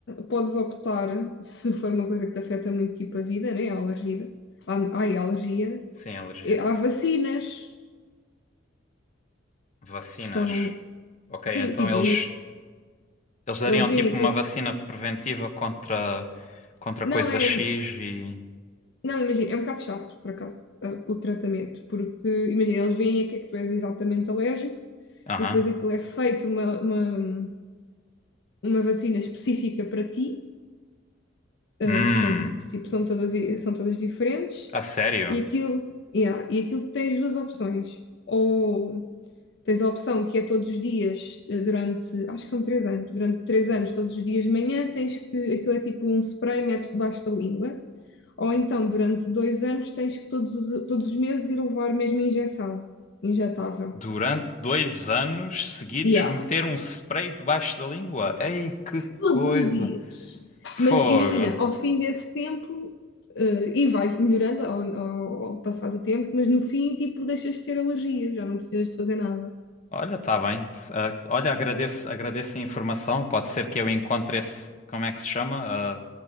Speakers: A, on the left (about 60°); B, on the left (about 35°).
A: podes optar, se for uma coisa que te afeta muito tipo a vida, né? A alergia, a, ai, a alergia.
B: Sim, alergia.
A: Há vacinas
B: Vacinas.
A: que são,
B: Ok,
A: sim,
B: então
A: tipo,
B: eles,
A: ima-
B: eles dariam
A: eles veem
B: tipo
A: aqui,
B: uma
A: é-
B: vacina preventiva contra, contra
A: não
B: coisa
A: é,
B: X e.
A: não, imagina, é um bocado chato, por acaso, ah, o tratamento, porque, imagina, eles veem a que é que tu és exatamente alérgico
B: Aham.
A: e depois aquilo é feito uma, uma, uma vacina específica para ti Uh,
B: Hum,
A: são, tipo, são todas, são todas diferentes
B: a sério?
A: e aquilo, yeah, e aquilo tens duas opções. Ou tens a opção que é todos os dias, eh, durante, acho que são três anos, durante três anos, todos os dias de manhã, tens que, aquilo é tipo um spray, metes debaixo da língua. Ou então, durante dois anos, tens que todos os, todos os meses ir levar mesmo injeção injetável.
B: Durante dois anos seguidos,
A: Yeah.
B: meter um spray debaixo da língua. Ei, que
A: todos
B: coisa!
A: os dias.
B: Fogo!
A: Mas imagina, ao fim desse tempo, eh, e vai melhorando ao, ao- ao passar do tempo, mas no fim, tipo, deixas de ter alergias, já não precisas de fazer nada.
B: Olha, tá bem. Te- ah, olha, agradeço, agradeço a informação. Pode ser que eu encontre esse. Como é que se chama? Ah,